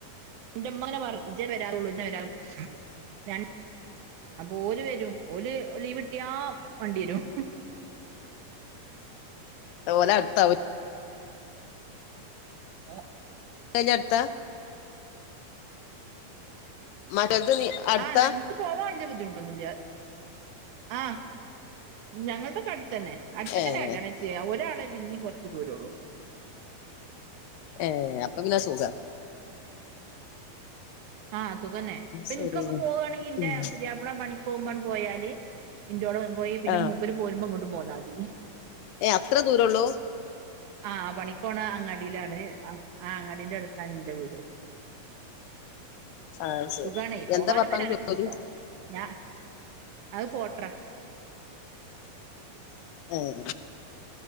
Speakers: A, on the right (about 65°); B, on the left (about 80°).
A: എന്റുമ്മങ്ങനെ പറയും. ജ്ജ് വരാറൊള്ളൂ ജ്ജ് വരാറെ രൺ അപ്പ ഓലുവരും ഓല് ലീവ്കിട്ട്യാ മണ്ട്യേരും
B: ഓലട്ത്താവു
A: ഏഹ്
B: <unintelligible> അട്ത്ത മറ്റോൽത് നീ അടുത്താ
A: ആഹ് ഞങക്ക് പോവാൻ വല്ല്യ ബുദ്ധിമുട്ടൊന്നുല്ല ആഹ് ഞങ്ങക്കെക്കെ അട്ത്തന്നെ അട്ത്ത്ക്കന്നെ
B: ഏഹ്
A: കല്ല്യാണം ചെയ്യ ഒരാളെ പിന്നിം കൊറച്ച് ദൂരൊള്ളു
B: ഏഹ് അപ്പം <unintelligible> സുഖ
A: ആഹ് സുഖന്നെ ഇപ്പ
B: ശരി
A: ഇൻക്കൊക്കെ പോവാണങ്കി ഇന്റെ
B: ഉം
A: പുത്യാപ്പ്ള പണിക്കോവുമ്പാണ് പോയാല് ഇന്റോടെ പോയി പിന്നെ
B: ആഹ്
A: മൂപ്പര് പോരുമ്പോ ഇങ്ങോട്ടു പോന്നാതി
B: ഏഹ് അത്ര ദൂരൊള്ളൂ
A: ആഹ് പണിക്കോണ അങ്ങാടിയിലാണ് ആഹ് അങ്ങാടിന്റെ അടുത്താണ് എന്റെ വീട്
B: ആഹ് ശരി
A: സുഖാണ് പോവാനും
B: എന്താ ഭർത്താവിന്
A: വരാനൊക്കെ
B: ജോലി
A: സുഖ ഞാ അത് പോട്ട്രാ
B: ഏഹ്